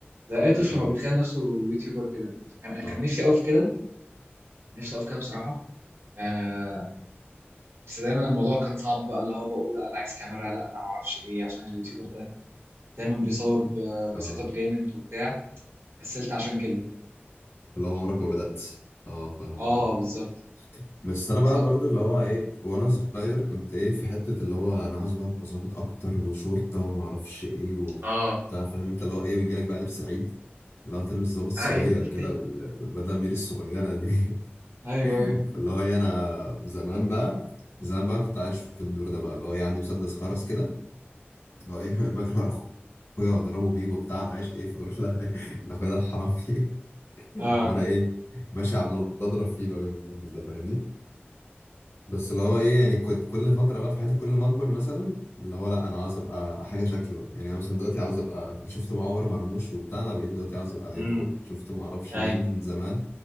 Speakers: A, on the right; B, on the left.
A: زي اي طفل
B: م-
A: ما بيتخيل
B: م.
A: نفسه يوتيوبر كده كان كان
B: صح
A: نفسي قوي في كده نفسي قوي في كده بصراحه آه بس دايما الموضوع كان صعب بقى اللي هو بقول لا انا عايز كاميرا لا انا ما اعرفش ايه عشان اليوتيوبر ده دايما بيصور ب-
B: اه
A: بسيت اب جامد وبتاع كسلت عشان كده
B: اللي هو عمرك ما بدأت اه فاهمك
A: اه
B: اه
A: بالظبط
B: بس انا بقى
A: بالظبط
B: برضو اللي هو ايه وانا صغير كنت ايه في حتة اللي هو انا عاوز بقى ابقى ظابط اكتر وشرطة وما اعرفش ايه وبتاع
A: اه
B: فاهم انت اللي هو ايه ويجي لك بقى لبس العيد اللي هو تلبس ظابط صغير
A: ايوه <laughs>
B: كده وال- والبدلة الميري الصغيرة دي
A: ايوه
B: <laughs>
A: ايوه
B: فاللي هو ايه انا زمان بقى زمان بقى كنت عايش في الدور ده بقى اللي هو ايه عندي مسدس خرز كده اللي هو ايه <laughs> بجري ورا اخويا واضربه بيه وبتاع انا عايش ايه في دور لا <laughs> إن اخويا ده الحرامي <laughs>
A: اه
B: وانا ايه ماشي عمال اضرب فيه بقى بالمسدس ده فاهمني بس اللي هو ايه يعني كنت كل فتره بقى في حياتي كل ما اكبر مثلا اللي هو لا انا عاوز ابقى حاجه شكل بقى يعني انا مثلا دلوقتي عاوز ابقى شفت بقى عمر مرموش وبتاع انا بقيت دلوقتي عاوز ابقى لعيب
A: امم
B: كوره شفت ما اعرفش
A: ايوه
B: مين زمان